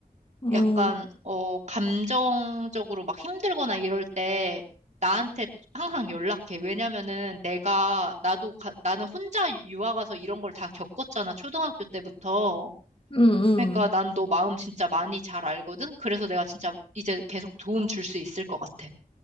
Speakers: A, on the left; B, on the right.
A: 음,
B: 약간, 어, 감정적으로 막 힘들거나 이럴 때 나한테 항상 연락해. 왜냐면은 내가, 나도, 가- 나는 혼자 유학 가서 이런 걸 다 겪었잖아. 초등학교 때부터.
A: 음, 음.
B: 그러니까 난 너 마음 진짜 많이 잘 알거든? 그래서 내가 진짜 이제 계속 도움 줄 수 있을 것 같아.